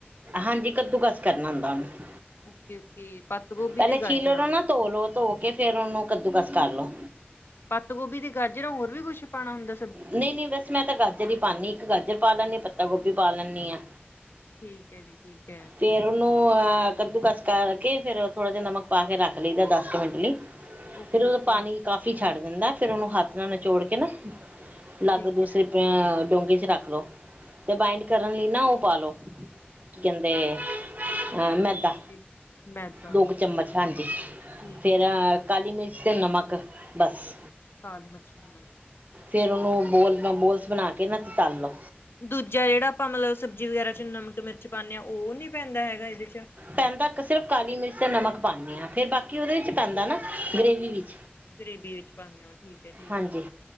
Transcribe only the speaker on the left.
ਓਕੇ ਓਕੇ ਪੱਤ ਗੋਭੀ
ਤੇ ਗਾਜਰਾਂ
ਪਤਗੋਭੀ ਤੇ ਗਾਜਰਾਂ ਹੋਰ ਵੀ ਕੁੱਛ ਪਾਉਣਾ ਹੁੰਦਾ।
ਠੀਕ ਹੈ ਜੀ ਠੀਕ ਹੈ
ਓਕੇ
ਓਕੇ
ਠੀਕ
ਹੈ
ਓਕੇ
ਠੀਕ
ਜੀ। ਮੈਦਾ
ਠੀਕ
ਹੈ ਠੀਕ ਹੈ
ਕਾਲੀ ਮਿਰਚ, ਨਮਨ
ਦੂਜਾ ਜਿਹੜਾ ਆਪਾਂ ਮਤਲਬ ਸਬਜ਼ੀ ਵਗੈਰਾ ਚ ਨਮਕ ਮਿਰਚ ਪਾਂਨੇ ਹਾਂ, ਉਹ ਨੀ ਪੈਂਦਾ ਹੈਗਾ ਇਹਦੇ ਚ।
ਗਰੇਵੀ ਵਿੱਚ ਪਾਂਦੇ ਹੋ ਠੀਕ ਹੈ, ਠੀਕ
ਹੈ